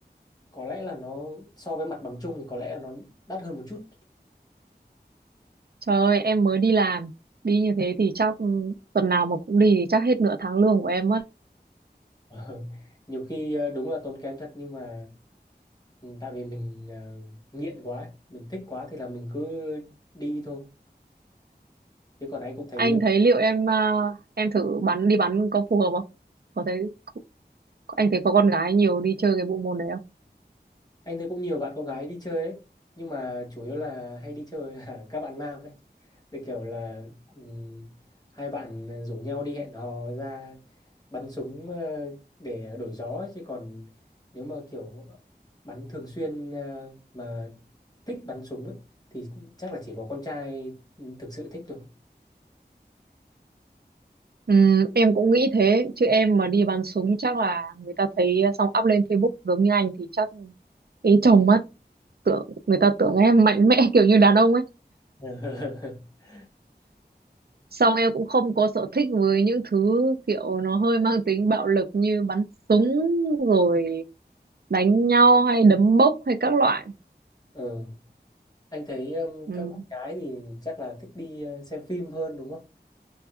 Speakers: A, on the left; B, on the right.
A: có lẽ là nó so với mặt bằng chung thì có lẽ là nó đắt hơn một chút <laughs>
B: trời ơi, em mới đi làm, đi như thế thì chắc ừ, tuần nào mà cũng đi thì chắc hết nửa tháng lương của em mất.
A: Ờ, nhiều khi à, đúng là tốn kém thật nhưng mà ừ, tại vì mình à, nghiện quá ấy, mình thích quá thì là mình cứ đi thôi chứ còn anh cũng thấy
B: anh thấy liệu em à, em thử bắn đi bắn có phù hợp không có thấy anh thấy có con gái nhiều đi chơi cái bộ môn đấy không
A: anh thấy cũng nhiều bạn con gái đi chơi đấy nhưng mà chủ yếu là hay đi chơi là <laughs> các bạn nam ấy Cái kiểu là ừm, hai bạn rủ nhau đi hẹn hò ra bắn súng ờ, để đổi gió ấy. chứ còn nếu mà kiểu bắn thường xuyên ờ, mà thích bắn súng ấy, thì chắc là chỉ có con trai ừ, thực sự thích thôi.
B: Ừm, em cũng nghĩ thế chứ em mà đi bắn súng chắc là người ta thấy à, xong up lên Facebook giống như anh thì chắc ý chồng mất tưởng người ta tưởng em mạnh mẽ <laughs> kiểu như đàn ông ấy
A: <laughs>
B: xong em cũng không có sở thích với những thứ kiểu nó hơi mang tính bạo lực như bắn súng rồi đánh nhau hay đấm bốc hay các loại
A: ừ. Anh thấy um,
B: Ừm,
A: các bạn gái thì chắc là thích đi ờ, xem phim hơn đúng không?